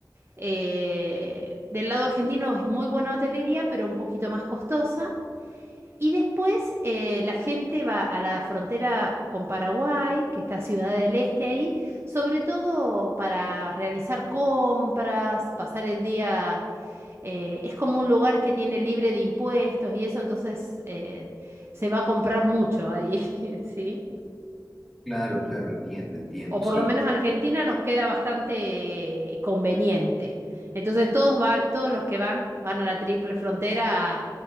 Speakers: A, on the right; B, in the centre.
A: Eh, del lado argentino es muy buena hotelería, pero un poquito más costosa. Y después eh, la gente va a la frontera con Paraguay, que está Ciudad del Este ahí, sobre todo para realizar compras, pasar el día. eh, es como un lugar que tiene libre de impuestos y eso, entonces eh, se va a comprar mucho ahí, <laughs> ¿sí?
B: Claro, claro, entiendo, entiendo,
A: o por
B: sí.
A: lo menos Argentina nos queda bastante eh, conveniente. Entonces todos van, todos los que van van a la triple frontera a,